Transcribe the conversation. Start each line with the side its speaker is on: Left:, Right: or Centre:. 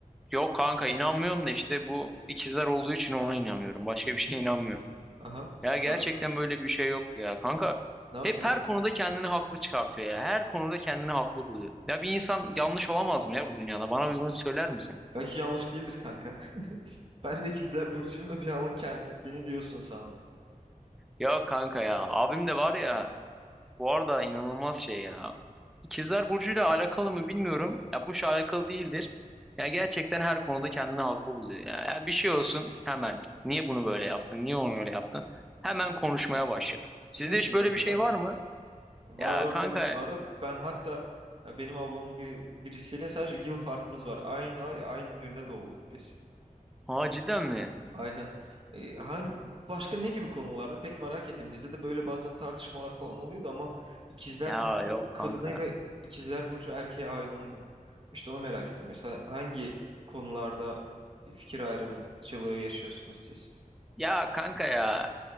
Centre: Yok kanka inanmıyorum da işte bu ikizler olduğu için ona inanıyorum. Başka bir şeye inanmıyorum.
Right: Aha, sonra
Centre: Ya gerçekten böyle bir şey yok ya. Kanka
Right: ne yapıyor?
Centre: hep her konuda kendini haklı çıkartıyor ya. Her konuda kendini haklı buluyor. Ya bir insan yanlış olamaz mı ya bu dünyada? Bana bir bunu söyler misin?
Right: Belki yanlış değildir kanka. <laughs> Ben de ikizler burcuyum da bir anlık kend- beni diyorsun sandım.
Centre: Ya kanka ya. Abim de var ya. Bu arada inanılmaz şey ya. İkizler Burcu'yla alakalı mı bilmiyorum. Ya bu şey alakalı değildir. Ya gerçekten her konuda kendini haklı buluyor ya. Ya bir şey olsun hemen. "Cık, Niye bunu böyle yaptın? Niye onu öyle yaptın? Hemen konuşmaya başlar. Sizde
Right: Ne gibi
Centre: hiç böyle
Right: mesela?
Centre: bir şey var mı?
Right: Var
Centre: Ya
Right: var
Centre: kanka.
Right: tabii ki var da ben hatta e, benim ablamın biri, birisiyle sadece yıl farkımız var. Aynı ay aynı günde doğulduk biz.
Centre: Aa cidden mi?
Right: Aynen. Ee, hangi başka ne gibi konularda pek merak ettim. Bizde de böyle bazen tartışmalar falan oluyordu ama ikizler
Centre: Ya
Right: burcu
Centre: yok
Right: kadınıyla
Centre: kanka.
Right: ikizler burcu erkeğe aynı olmuyor. İşte onu merak ediyorum. Mesela hangi konularda fikir ayrımcılığı yaşıyorsunuz siz?
Centre: Ya kanka ya